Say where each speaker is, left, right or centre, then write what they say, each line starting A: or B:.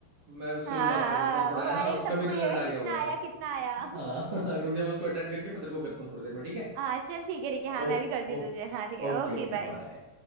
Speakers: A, on the right (about 65°); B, on the right (about 80°).
A: मैं उससे
B: हाँ
A: भी बात
B: हाँ
A: कर लेता हूँ थोड़ा
B: वो
A: है ना
B: अरे
A: उसका
B: सबको
A: भी रिजल्ट
B: ये है
A: आ गया
B: कितना
A: होगा
B: आया कितना आया
A: हाँ <laughs> रुक जा मैं उसको अटेंड करके फिर तेरे को करता हूँ थोड़ी देर में
B: <laughs>
A: ठीक है
B: हाँ चल ठीक है ठीक है हाँ
A: ओ
B: मैं भी करती
A: ओ
B: हूँ तुझे हाँ ठीक है
A: Okay
B: ओके
A: okay
B: बाय
A: bye